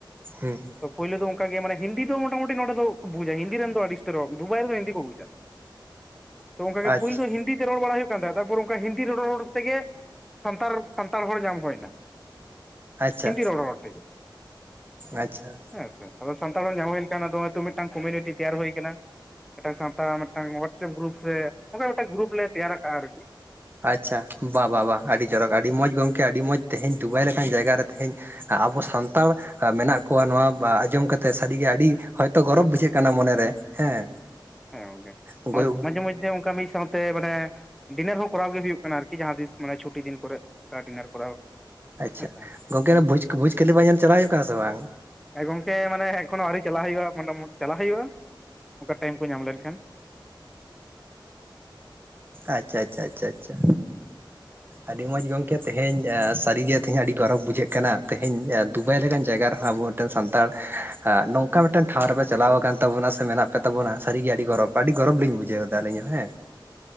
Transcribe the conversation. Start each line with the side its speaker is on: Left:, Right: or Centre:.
Right: ᱦᱩᱸᱻ ᱾
Centre: ᱛᱚ ᱯᱳᱭᱞᱳ ᱫᱚ ᱚᱝᱠᱟ ᱜᱮ ᱢᱟᱱᱮ ᱦᱤᱱᱫᱤ ᱫᱚ ᱢᱚᱴᱟ ᱢᱩᱴᱤ ᱱᱚᱰᱮ ᱫᱚ ᱠᱚ ᱵᱩᱡᱟ, ᱦᱤᱱᱫᱤ ᱨᱮᱱ ᱫᱚ ᱟᱹᱰᱤ ᱩᱥᱛᱟᱹᱨ ᱨᱚ ᱫᱩᱵᱟᱭ ᱨᱮᱫᱚ ᱦᱤᱱᱫᱤ ᱠᱚ ᱵᱩᱡ <inaudible> ᱾ ᱛᱚ ᱚᱝᱠᱟᱜᱮ
Right: ᱟᱪᱪᱷᱟ
Centre: ᱯᱳᱭᱞᱳ ᱫᱚ ᱦᱤᱱᱫᱤ ᱛᱮ ᱨᱚᱲ ᱵᱟᱲᱟᱭ ᱦᱩᱭᱩᱜ ᱠᱟᱱ ᱛᱟᱦᱮᱸᱜ ᱛᱟᱨᱯᱚᱨ ᱚᱝᱠᱟ ᱦᱤᱱᱫᱤ ᱨᱚᱲ ᱨᱚᱲ ᱛᱮᱜᱮ, ᱥᱟᱱᱛᱟᱲ ᱥᱟᱱᱛᱟᱲ ᱦᱚᱲ ᱧᱟᱢ ᱦᱩᱭᱱᱟ᱾
Right: ᱟᱪᱪᱷᱟ
Centre: ᱦᱤᱱᱫᱤ ᱨᱚᱲ ᱨᱚᱲ ᱛᱮᱜᱮ᱾
Right: ᱟᱪᱪᱷᱟ᱾
Centre: ᱦᱮᱸ ᱥᱮ, ᱟᱫᱚ ᱥᱟᱱᱛᱟᱲ ᱦᱚᱲ ᱧᱟᱢ ᱦᱳᱭᱮᱱ ᱠᱷᱟᱱ ᱟᱫᱚ ᱦᱚᱭᱛᱚ ᱢᱤᱫᱴᱟᱝ ᱠᱚᱢᱤᱭᱩᱱᱤᱴᱤ ᱛᱮᱭᱟᱨ ᱦᱳᱭ ᱠᱟᱱᱟ᱾ ᱢᱤᱫᱴᱟᱝ ᱥᱟᱶ ᱛᱟ ᱢᱤᱫᱴᱟᱝ ᱦᱚᱣᱟᱴᱥᱮᱯ ᱜᱨᱩᱯ ᱥᱮ ᱚᱝᱠᱟ ᱢᱤᱫᱴᱟᱝ ᱜᱨᱩᱯ ᱞᱮ ᱛᱮᱭᱟᱨ ᱟᱠᱟᱜᱼᱟ ᱟᱨᱠᱤ,
Right: ᱟᱪᱪᱷᱟ ᱵᱟ ᱵᱟ ᱵᱟ ᱟᱹᱰᱤ ᱪᱚᱨᱚᱠ ᱟᱹᱰᱤ ᱢᱚᱸᱡᱽ ᱜᱚᱝᱠᱮ ᱟᱹᱰᱤ ᱢᱚᱸᱡᱽ, ᱛᱮᱦᱮᱧ ᱫᱩᱵᱟᱭ ᱞᱮᱠᱟᱱ ᱡᱟᱭᱜᱟ ᱨᱮ ᱛᱮᱦᱮᱧ ᱟᱵᱚ ᱥᱟᱱᱛᱟᱲ <inaudible> ᱢᱮᱱᱟᱜ ᱠᱚᱣᱟ ᱱᱚᱣᱟ ᱵᱟ ᱟᱸᱡᱚᱢ ᱠᱟᱛᱮᱜ ᱥᱟᱹᱨᱤᱜᱮ ᱟᱰᱤ, ᱦᱚᱭᱛᱳ ᱜᱚᱨᱚᱵᱽ ᱵᱩᱡᱷᱟᱹᱜ ᱠᱟᱱᱟ ᱢᱚᱱᱮᱨᱮ᱾ ᱦᱮᱸ᱾
Centre: ᱦᱮᱸ ᱜᱚᱝᱠᱮ,
Right: ᱜᱚᱭ
Centre: ᱢᱟᱡ ᱢᱟᱡᱷᱮ ᱢᱚᱫᱽᱷᱮ ᱚᱝᱠᱟ ᱢᱤᱫ ᱥᱟᱶᱛᱮ ᱢᱟᱱᱮ ᱰᱤᱱᱟᱨ ᱦᱚᱸ ᱠᱚᱨᱟᱣ ᱜᱮ ᱦᱩᱭᱩᱜ ᱠᱟᱱᱟ ᱟᱨᱠᱤ ᱡᱟᱦᱟᱸ ᱛᱤᱥ ᱢᱟᱱᱮ ᱪᱷᱩᱴᱤ ᱫᱤᱱ ᱠᱚᱨᱮ, ᱚᱝᱠᱟ ᱰᱤᱱᱟᱨ ᱠᱚᱨᱟᱣ᱾
Right: ᱟᱪᱪᱷᱟ,
Centre: ᱦᱮᱸᱥᱮ
Right: ᱜᱚᱝᱠᱮ ᱟᱫᱚ ᱵᱷᱩᱡᱽ ᱵᱷᱩᱡᱽᱠᱟᱞᱤᱯᱷᱟ ᱧᱮᱞ ᱪᱟᱞᱟᱣ ᱦᱩᱭᱩᱜ ᱠᱟᱱᱟ ᱥᱮ ᱵᱟᱝ?
Centre: ᱦᱮᱸ ᱜᱚᱝᱠᱮ ᱢᱟᱱᱮ ᱮᱠᱷᱚᱱᱳ ᱟᱹᱣᱨᱤ ᱪᱟᱞᱟᱣ ᱦᱩᱭᱩᱜᱼᱟ ᱢᱚᱴᱟ ᱢᱳᱴ ᱪᱟᱞᱟᱜ ᱦᱩᱭᱩᱜᱼᱟ, ᱚᱝᱠᱟ ᱴᱟᱭᱤᱢ ᱠᱚ ᱧᱟᱢ ᱞᱮᱱᱠᱷᱟᱱ᱾
Right: ᱟᱪᱪᱷᱟ ᱟᱪᱪᱷᱟ ᱟᱪᱪᱷᱟ ᱟᱪᱪᱷᱟ᱾ ᱟᱰᱤ ᱢᱚᱡᱽ ᱜᱚᱝᱠᱮ ᱛᱮᱦᱮᱧ ᱥᱟᱨᱤ ᱜᱮ ᱛᱮᱦᱮᱧ ᱟᱰᱤ ᱜᱚᱨᱚᱵᱽ ᱵᱩᱡᱷᱟᱹᱜ ᱠᱟᱱᱟ, ᱛᱮᱦᱮᱧ ᱫᱩᱵᱟᱭ ᱞᱮᱠᱟᱱ ᱡᱟᱭᱜᱟ ᱨᱮᱦᱚᱸ <unintelligible> ᱛᱮ ᱫᱚ ᱥᱟᱱᱛᱟᱲ, ᱟᱸ ᱱᱚᱝᱠᱟ ᱢᱤᱫᱴᱮᱱ ᱴᱷᱟᱶ ᱨᱮᱯᱮ ᱪᱟᱞᱟᱣ ᱟᱠᱟᱱ ᱛᱟᱵᱚᱱᱟ ᱥᱮ ᱢᱮᱱᱟᱜ ᱯᱮ ᱛᱟᱵᱚᱱᱟ ᱥᱟᱨᱤ ᱜᱮ ᱟᱹᱰᱤ ᱜᱚᱨᱚᱵᱽ ᱟᱹᱰᱤ ᱜᱚᱨᱚᱵᱽ ᱞᱤᱧ ᱵᱩᱡᱟᱹᱣᱫᱟ ᱟᱹᱞᱤᱧ ᱦᱚᱸ ᱦᱮᱸ᱾